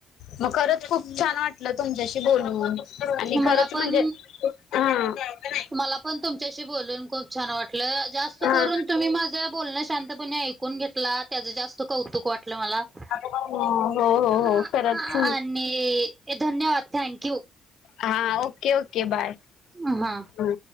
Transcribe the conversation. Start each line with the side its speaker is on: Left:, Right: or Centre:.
Left: मग खरंच खूप छान वाटलं तुमच्याशी बोलूनून <unintelligible> आणि
Right: मला
Left: खरंच
Right: पण
Left: म्हणजे हा <unintelligible>
Right: मला पण तुमच्याशी ब खूप छान वाट जास्त
Left: हा
Right: करून तमही <unintelligible> बोलणं शांतपणे ऐकून घेतला त्याचं जास्त कौतुक वाटलं मला <unintelligible>
Left: हो हो हो
Right: आ-
Left: खतच
Right: आणि धन्यवाद थँक्यू
Left: हा ओके ओके बाय
Right: अ हा
Left: ह